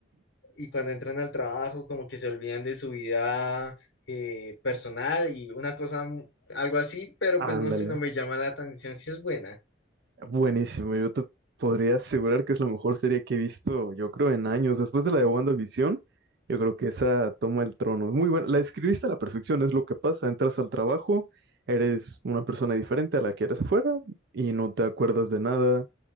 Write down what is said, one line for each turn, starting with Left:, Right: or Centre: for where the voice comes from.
Left: y cuando entran al trabajo, como que se olvidan de su vida eh, personal y una cosa, mu- algo así, pero
Right: Ándale.
Left: pues no sé, no me llama la atención si es buena.
Right: Buenísimo, yo te podría asegurar que es la mejor serie que he visto, yo creo, en años. Después de la de WandaVision, yo creo que esa toma el trono. Es muy buena, la escribiste a la perfección, es lo que pasa. Entras al trabajo, eres una persona diferente a la que eres afuera y no te acuerdas de nada